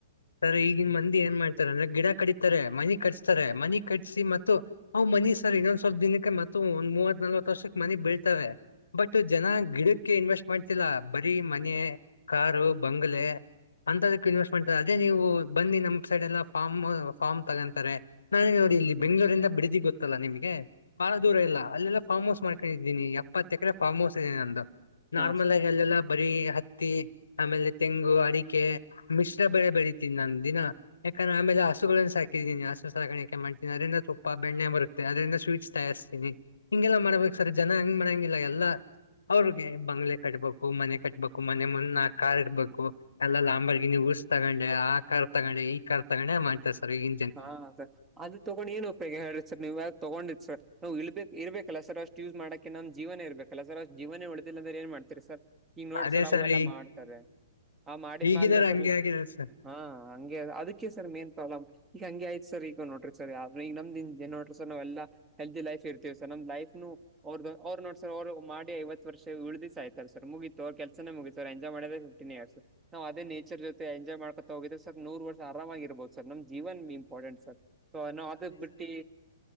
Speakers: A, on the left; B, on the right.
A: ಸ ಈಗಿನ ಮಂದಿ ಏನ್ ಮಾಡ್ತಾರೆ ಅಂದ್ರೆ ಗಿಡ ಕಡಿತಾರೆ ಮನಿ ಕಟ್ಸ್ತಾರೆ ಮನಿ ಕಟ್ಸಿ ಮತ್ತು ಅವುಮನಿ ಸರ್ ಇನ್ನೊಂದ್ ಸ್ವಲ್ಪ ದಿನಕ್ಕೆ ಮತ್ತ ಒಂದ್ ಮೂವತ್ ನಲ್ವತ್ ವರ್ಷಕ್ ಮನಿ ಬೀಳ್ತವೆ. ಬಟ್ ಜನ ಗಿಡಕ್ಕೆ ಇನ್ವೆಸ್ಟ್ ಮಾಡ್ತಿಲ್ಲ ಬರೀ ಮನೆ, ಕಾರು, ಬಂಗಲೆ ಅಂತದಕ್ಕ ಇನ್ವೆಸ್ಟ್ ಮಾಡ್ತಾರೆ. ಅದೇ ನೀವು ಬನ್ನಿ ನಮ್ ಸೈಡ್ ಎಲ್ಲಾ ಫಾರ್ಮ್ ಫಾರ್ಮ್ ತಗೊಂತಾರೆ. ನಾನೆ ನೋಡಿ ಇಲ್ಲಿ ಬೆಂಗಳೂರಿಂದ ಬಿಡಿದಿ ಗೊತ್ತಲ್ಲ ನಿಮ್ಗೆ. ಬಾಳ ದೂರ ಇಲ್ಲ ಅಲ್ಲೆಲ್ಲ ಫಾರ್ಮ್ ಹೌಸ್ ಮಾಡ್ಕೊಂಡಿದ್ದೀನಿ. ಎಪ್ಪತ್ತೆಕರೆ ಫಾರ್ಮ್ ಹೌಸ್ ಇದೆನಂದು. ನಾರ್ಮಲ್
B: ಹಾ ಸರ್
A: ಆಗಿ ಅಲ್ಲೆಲ್ಲ ಬರಿ ಹತ್ತಿ ಆಮೇಲೆ ತೆಂಗು, ಅಡಿಕೆ ಮಿಶ್ರ- ಬೆಳೆ ಬೆಳಿತಿನಿ ನಾನ್ ದಿನ ಯಾಕಂದ್ರೆ ಆಮೇಲೆ ಹಸುಗಳನ್ನ ಸಾಕಿದನಿ ಹಸು ಸಾಕಾಣಿಕೆ ಮಾಡ್ತೀನಿ. ಅದ್ರರಿಂದ ತುಪ್ಪ ಬೆಣ್ಣೆ ಮರ ತಿನಿ ಅದ್ರಂದ ಸ್ವೀಟ್ಸ್ ತಯಾರ್ಸ್ತೀನಿ. ಹಿಂಗೆಲ್ಲಾ ಮಾಡ್ಬೇಕು ಸರ್ ಜನ ಹಂಗ್ ಮಾಡಂಗಿಲ್ಲ ಎಲ್ಲಾ- ಅವ್ರಿಗೆ ಬಂಗ್ಲೆ ಕಟ್ಬೇಕು ಮನೆ ಕಟ್ಬೇಕು ಮನೆ ಮುನ್ನ ನಾಕ್ ಕಾರ್ ಇಡ್ಬೇಕು. ಎಲ್ಲ ಲ ಅಂಬರ್ಗಿ ಉರ್ಸ್ ತಗೊಂಡೆ ಆ ಕಾರ್ ತಗೊಂಡೆ ಈ ಕಾರ್ ತಗೊಂಡೆ ಮಾಡ್ತರ ಸರ್ ಈಗ.
B: ಹಾ ಸರ್ ಅದು ತಗೊಂಡ ಏನ್ ಉಪಯೋಗ ಹೇಳಿ ಸರ್ ನೀವ ತಗೊಂಡಿದ ಸರ್. ನಾವು ಇಳ್ಬೇಕ ಇರ್ಬೇಕಲ್ಲ ಸರ್ ಅಷ್ಟು ಯೂಸ್ ಮಾಡಕ್ಕೆ ನಮ್ ಜೀವನೇ ಇರ್ಬೇಕ. ಕಲ್ಲ ಸರ್ ಜೀವನೇ ಉಳಿದಿಲ್ಲ ಅಂದ್ರೆ ಏನ್ ಮಾಡ್ತೀರಿ ಸರ್ ಹಿಂಗ್ ನೋಡ್ರಿ
A: ಅದೇ
B: ಸರ್ ಅವೆಲ್ಲ
A: ಈ
B: ಮಾಡ್ತಾರೆ. ಆ ಮಾಡಿಲ್
A: ಈಗಿನಾರ
B: ಮಾಲ್ನ ಸರ್
A: ಹಂಗೆ ಆಗಿರೋದು ಸರ್
B: ಹಾ ಹಂಗೆ ಅದಕ್ಕೆ ಸರ್ ಮೇನ್ ಪ್ರಾಬ್ಲ್ ಈಗ ಹಂಗೆ ಆಯ್ತ್ ಸರ್ ಈಗ ನೋಡ್ರಿ. ಸರ್ ಯಾವ್ರ ಈಗ ನಮ್ದ ಹಿಂಗೆ ನೋಡ್ರಿ ಸರ್ ನಾವೆಲ್ಲ ಹೆಲ್ದಿ ಲೈಫ್ ಇರ್ತೀವಿ ಸರ್. ನಮ್ ಲೈಫ್ನು ಅವ್ರದ ಅವ್ರ ನೋಡ್ ಸರ್ ಅವ್ರು ಮಾಡಿ ಐವತ್ತು ವರ್ಷ ಏಳ್ ದಿಸ್ ಆಯ್ತಾಲ್ಲ ಸರ್ ಮುಗಿತು ಅವ್ರ ಕೆಲ್ಸನೇ ಮುಗಿತು. ಸರ್ ಎಂಜಾಯ್ ಮಾಡೋದೆ ಫಿಫ್ಟನ್ ಇಯರ್ಸ್. ನಾವ್ ಅದೇ ನೇಚರ್ ಜೊತೆ ಎಂಜಾಯ್ ಮಾಡ್ಕೋತಾ ಹೋಗಿದ್ರ ಸರ್ ನೂರ್ ವರ್ಷ ಆರಾಮಾಗಿ ಇರ್ಬೋದು. ಸರ್ ನಮ್ ಜೀವನ್ ಇಂಪಾರ್ಟೆಂಟ್ ಸೊ ನಾವ್ ಅದಕ್ಕ್ ಬಿಟ್ಟಿ.